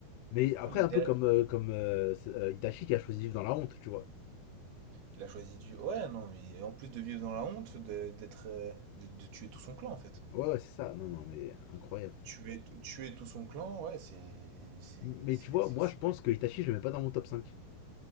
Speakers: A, on the left; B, on the right.
A: Mais après,
B: non, mais
A: un
B: derrière,
A: peu comme, euh, comme euh, c'est, euh, Itachi qui a choisi de vivre dans la honte, tu vois.
B: il a choisi du. Ouais, non, mais en plus de vivre dans la honte, de, d'être, euh, de, de tuer tout son clan en fait.
A: Ouais, ouais, c'est ça, non, non, mais incroyable.
B: Tuer, tuer tout son clan, ouais, c'est, c'est,
A: M- Mais
B: c'est,
A: tu vois,
B: c'est-
A: moi je pense que Itachi, je le mets pas dans mon top cinq